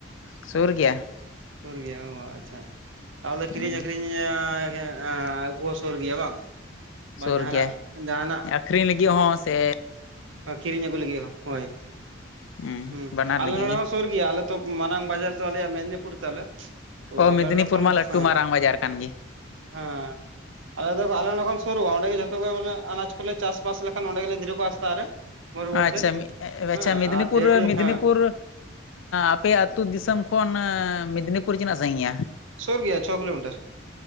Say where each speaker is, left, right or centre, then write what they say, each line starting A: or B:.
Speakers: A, on the left; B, on the right.
A: ᱥᱩᱨ ᱜᱮᱭᱟ᱾
B: ᱥᱩᱨ ᱜᱮᱭᱟ ᱚ ᱟᱪᱪᱷᱟ ᱛᱟᱦᱚᱞᱮ
A: ᱦᱩᱸ
B: ᱠᱤᱨᱤᱧ ᱟᱹᱠᱷᱨᱤᱧ ᱦᱮᱸ ᱟᱹᱜᱩ ᱦᱚᱸ ᱥᱩᱨ ᱜᱮᱭᱟ ᱵᱟᱝ ᱟᱨ
A: ᱥᱩᱨ
B: ᱵᱟ ᱡᱟᱦᱟᱱᱟᱜ
A: ᱜᱮᱭᱟ
B: ᱡᱟᱦᱟᱱᱟᱜ
A: ᱟᱠᱷᱨᱤᱧ ᱞᱟᱹᱜᱤᱫ ᱦᱚᱸ ᱥᱮ
B: ᱠᱷᱤᱨᱤᱧ ᱟᱹᱜᱩ ᱞᱟᱹᱜᱤᱫ ᱦᱚᱸ ᱦᱳᱭ
A: ᱦᱩᱸ
B: ᱦᱩ
A: ᱵᱟᱱᱟᱨ
B: ᱟᱞᱮ
A: ᱞᱟᱹᱜᱤᱫ
B: ᱱᱚᱰᱮ
A: ᱜᱮ
B: ᱦᱚᱸ ᱥᱩᱨ ᱜᱮᱭᱟᱹ ᱟᱞᱮ ᱛᱚ ᱢᱟᱨᱟᱝ ᱵᱟᱡᱟᱨ ᱫᱚ ᱟᱞᱮᱭᱟᱜ ᱢᱮᱫᱽᱱᱤᱯᱩᱨ ᱛᱟᱞᱮ ᱛᱚ
A: ᱚ
B: ᱟᱞᱮ
A: ᱢᱮᱫᱽᱱᱤᱯᱩᱨ
B: ᱱᱚᱰᱮ ᱠᱷᱚᱱ
A: ᱢᱟ ᱞᱟᱹᱴᱩ
B: ᱦᱮᱸ
A: ᱢᱟᱨᱟᱝ ᱵᱟᱡᱟᱨ ᱠᱟᱱ ᱜᱮ
B: ᱦᱮᱸ ᱟᱞᱮ ᱫᱚ ᱟᱞᱮ ᱱᱚᱸᱰᱮ ᱠᱷᱚᱱ ᱥᱩᱨᱩᱜ-ᱟ᱾ ᱚᱸᱰᱮ ᱜᱮ ᱡᱚᱛᱚ ᱜᱮ ᱟᱱᱟᱡ ᱠᱚᱞᱮ ᱪᱟᱥ ᱵᱟᱥ ᱞᱮᱠᱷᱟᱱ ᱚᱸᱰᱮ ᱜᱮᱞᱮ ᱤᱫᱤᱦᱚᱴᱚ ᱠᱟᱜ-ᱟ᱾ ᱥᱮᱛᱟᱜ ᱨᱮ ᱵᱷᱳᱨ ᱵᱷᱳᱨ
A: ᱟᱪᱪᱷᱟ
B: ᱛᱮ ᱦᱮᱸ
A: ᱟᱪᱪᱷᱟ ᱢᱮᱫᱽᱱᱤᱯᱩᱨ
B: ᱟᱨ ᱡᱮᱦᱮᱛᱩ
A: ᱢᱮᱫᱽᱱᱤᱯᱩᱨ
B: ᱦᱮᱸ
A: ᱟᱯᱮ ᱟᱹᱛᱩ ᱫᱤᱥᱚᱢ ᱠᱷᱚᱱ ᱢᱮᱫᱽᱱᱤᱯᱩᱨ ᱛᱤᱱᱟᱹᱜ ᱥᱟᱺᱜᱤᱧ-ᱟ᱾
B: ᱥᱳᱨ ᱜᱮᱭᱟ ᱪᱷᱚ ᱠᱤᱞᱳᱢᱤᱴᱟᱨ